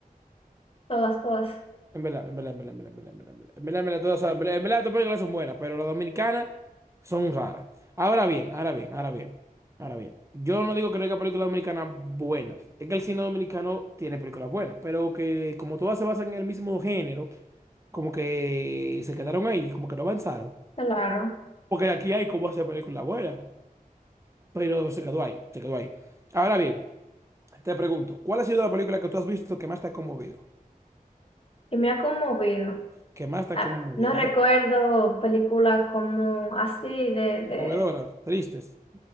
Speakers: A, on the left (about 40°); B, on the right (about 20°).
A: todas, todas,
B: En verdad, en verdad, en verdad, en verdad, en verdad, en verdad, en verdad, en verdad, en verdad, todas, son- en verdad, en verdad, todas las películas son buenas, pero las dominicanas son raras. Ahora bien, ahora bien, ahora bien, ahora bien. Yo no digo que no haya películas dominicanas buenas. Es que el cine dominicano tiene películas buenas, pero que como todas se basan en el mismo género, como que se quedaron ahí, como que no avanzaron.
A: claro,
B: Porque aquí hay cómo hacer películas buenas, pero se quedó ahí, se quedó ahí. Ahora bien, te pregunto, ¿cuál ha sido la película que tú has visto que más te ha conmovido?
A: que me ha conmovido.
B: Que más te
A: Ah,
B: ha conmovido,
A: no recuerdo
B: ajá?
A: películas como así de, de,
B: Conmovedora, tristes.